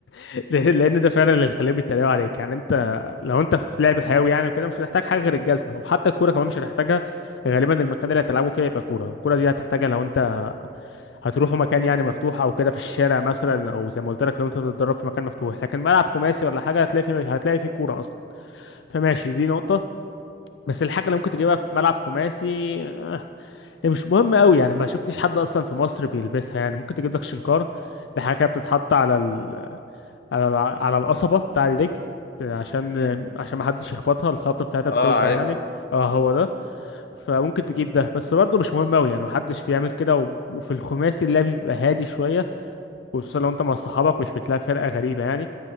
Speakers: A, on the left; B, on the left.
A: <laughs> ل- لان ده فعلا اللي خليهم يتريقوا عليك يعني انت لو انت في لعب حيوي يعني وكده مش هتحتاج حاجه غير الجزمه وحتى الكوره كمان مش هتحتاجها غالبا المكان اللي هتلعبوا فيه هيبقى كوره الكوره دي هتحتاجها لو انت هتروحوا مكان يعني مفتوح او كده في الشارع مثلا او زي ما قلت لك لو انت هتتدرب في مكان مفتوح لكن ملعب خماسي ولا حاجه هتلاقي فيه هتلاقي فيه كوره اصلا فماشي دي نقطه بس الحاجه اللي ممكن تجيبها في ملعب خماسي هي مش مهم قوي يعني ما شفتش حد اصلا في مصر بيلبسها يعني ممكن تجيب لك شنكار دي حاجه كده بتتحط على ال... على ال... على القصبه بتاع الرجل عشان
B: مم.
A: عشان ما حدش يخبطها الخبطه بتاعتها بتوجع
B: اه عارف
A: يعني اه هو ده فممكن تجيب ده بس برضه مش مهم قوي يعني ما حدش بيعمل كده و... وفي الخماسي اللعب بيبقى هادي شويه خصوصا لو انت مع صحابك مش بتلاقي فرقه غريبه يعني